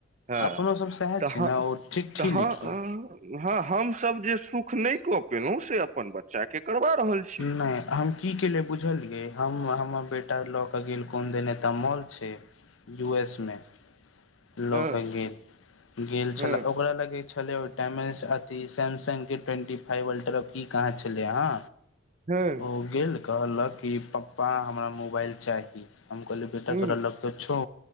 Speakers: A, on the right; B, on the left.
A: हँ
B: अपनो सब सएह छै
A: तहाँ
B: ने ओ चिट्ठी
A: तहाँ
B: लिखियै
A: <unintelligible> हँ हम सब जे सुख नै कऽ पेलै से अपन बच्चा कऽ करवा रहल छी
B: नै हम की केलिय बुझलियै हम हमर बेटा लऽ कऽ गेल कोन देन तऽ मॉल छै यू एस में <inaudible>
A: हँ
B: लऽ कऽ गेल गेल
A: हँ
B: छलै ओकरा लगै छलै ओ टाइम एस अथी सैमसंग केँ ट्वेन्टी फाइव अल्ट्र की कहाँ छलै हऽ
A: हँ
B: ओ गेल कहलक कि पप्पा हमरा मोबाइल चाही हम कहलियै बेटा
A: ह
B: तोरा लऽ तऽ छौ